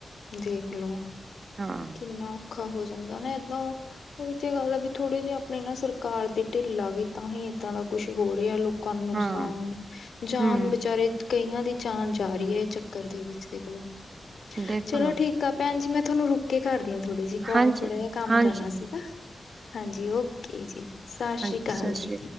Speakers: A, on the left (about 80°); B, on the right (about 45°).
A: ਦੇਖਲੋ,
B: ਹਾਂ
A: ਕਿੰਨਾ ਔਖਾ ਹੋ ਜਾਂਦਾ ਨਾ ਏਦੋਂ। ਉਹੀ ਤਾਂ ਗੱਲ ਆ ਵੀ ਥੋੜੇ ਜਿਹੇ ਆਪਣੇ ਨਾ ਸਰਕਾਰ ਦੇ ਢਿੱਲ ਆ ਗਈ, ਤਾਂ ਹੀ ਇੱਦਾਂ ਦਾ ਕੁੱਛ ਹੋ ਰਿਹਾ ਲੋ ਕਾਂ ਨੂੰ ਨੁਕਸਾਨ,
B: ਹਾਂ
A: ਜਾਨ
B: ਹੂੰ।
A: ਬਿਚਾਰੇ ਕਈਆਂ ਦੀ ਜਾਨ ਜਾ ਰਹੀ ਏ, ਇਹ ਚੱਕਰ ਦੇ ਵਿੱਚ, ਦੇਖਲੋ।
B: ਦੇਖੋ
A: ਚਲੋ
B: ਨਾ
A: ਠੀਕ ਆ ਭੈਣ ਜੀ, ਮੈਂ ਤੁਹਾਨੂੰ ਰੁਕ ਕੇ ਕਰਦੀ ਹਾਂ ਥੋੜ੍ਹੀ ਜੀ ਕੋਲ,
B: ਹਾਂਜੀ
A: ਥੋੜ੍ਹਾ ਜਿਹਾ ਕੰਮ
B: ਹਾਂਜੀ
A: ਕਰਨਾ ਸੀਗਾ। ਹਾਂਜੀ, ਓਕੇ ਜੀ, ਸਸ
B: ਹਾਂਜੀ
A: ਸ੍ਰੀ ਅਕਾਲ
B: ਸਤਿ
A: ਜੀ।
B: ਸ੍ਰੀ